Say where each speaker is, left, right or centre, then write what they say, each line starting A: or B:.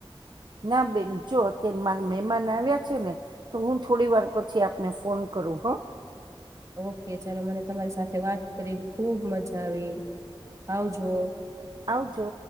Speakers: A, on the right; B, on the right.
A: ના બેન જો અત્યારે મારા મહેમાન આવ્યા છે ને તો હું થોડી વાર પછી આપને ફોન કરું હો
B: ઓકે ચાલો મને તમારી સાથે વાત કરીને ખુબ મજા આવી આવજો.
A: આવજો